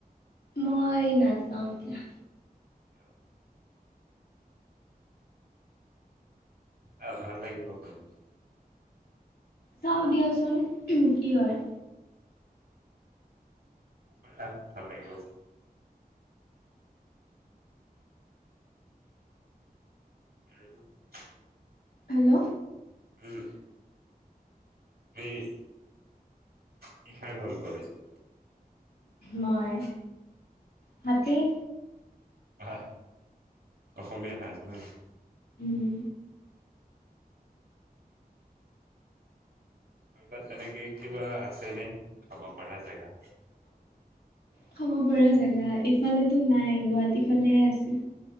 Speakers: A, on the left (about 75°); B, on the right (about 80°).
A: মই নাযাওঁ দিয়া।
B: কিয়? আহ ভাল লাগিব গৈ।
A: চাওঁ দিয়াচোন কি হয়।
B: ব'লা ভাল লাগিব। <inaudible>
A: হেল্ল'?
B: উম। মিচ, কি খাই ভাল পোৱা বেছি?
A: মই? ভাতেই।
B: আহ, অসমীয়া সাজ না।
A: উম।
B: কৰবাত তেনেকে কিবা আছে নে? খাব পৰা জেগা।
A: খাব পৰা জেগা এইফালেতো নাই, গুৱাহাটী ফালেহে আছে।